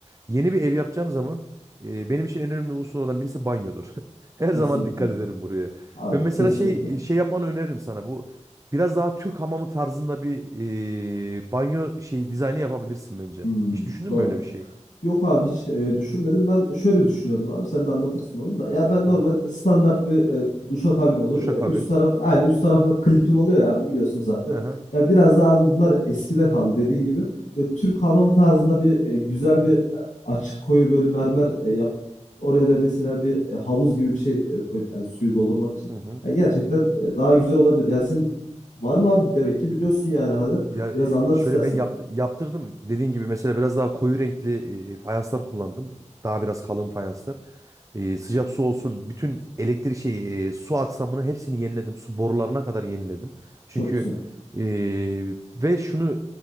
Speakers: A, on the right; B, on the left.
A: yeni bir ev yapacağım zaman e, benim için en önemli unsurlardan birisi banyodur. <laughs> Her
B: Kesinlikle.
A: zaman dikkat ederim buraya.
B: Abi
A: Ve mesela
B: kesinlikle.
A: şey şey yapmanı öneririm sana. Bu biraz daha Türk hamamı tarzında bir e, banyo şeyi dizaynı yapabilirsin bence.
B: Hımm.
A: Hiç düşündün
B: Doğru.
A: mü öyle bir şey?
B: Yok abi hiç, eee, düşünmedim. Ben şöyle düşünüyordum abi, sen de anlatırsın onu da. Ya ben normal
A: Hı hı.
B: standart bir, eee, duşakabin olur.
A: Duşakabin.
B: Eee, üst taraf aynı üst tarafa klipin oluyor ya abi biliyorsun zaten.
A: Hı hı.
B: Ya biraz daha abi bunlar eskide kaldı dediğin gibi. Böyle Türk hamamı tarzında bir, eee, güzel bir, eee, açık koyu böyle mermer, eee, yapıp oraya da mesela bir, eee, havuz gibi bir şey, eee, koyup yani suyu doldurmak için.
A: Hı hı.
B: Ya gerçekten, eee, daha güzel olabilir. Yani senin var mı abi? Demek ki biliyorsun yani hadi
A: Ya e,
B: Biraz anlat
A: şöyle
B: istersen.
A: ben yaptı- yaptırdım. Dediğin gibi mesela biraz daha koyu renkli e, fayanslar kullandım. Daha biraz kalın fayanslar. E, sıcak su olsun. Bütün elektrik şeyi, e, su aksamını hepsini yeniledim. Su borularına kadar yeniledim. Çünkü
B: Çok güzel.
A: e, ve şunu